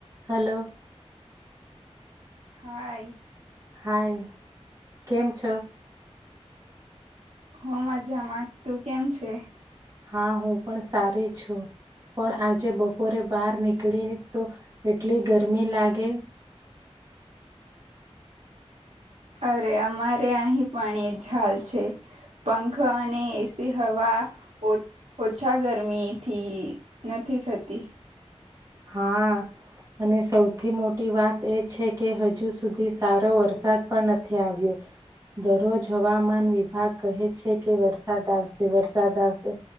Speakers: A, on the right (about 30°); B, on the right (about 70°).
A: Hello.
B: હા.
A: Hi કેમ છ.
B: હ મજામાં તું કેમ છે
A: હા હું પણ સારી છું. પણ આજે બપોરે બહાર નીકળી તો એટલી ગરમી લાગે.
B: અરે અમારે અહીં પણ એ લ છે પંખો અને એસી હવા ઓછા ગરમીથી નથી થતી.
A: હા. અને સૌથી મોટી વાત એ છે કે હજુ સુધી સારો વરસાદ પણ નથી આવ્યો. દરરોજ હવામાન વિભાગ. કહે છે કે વરસાદ આવશે વરસાદ આવશે.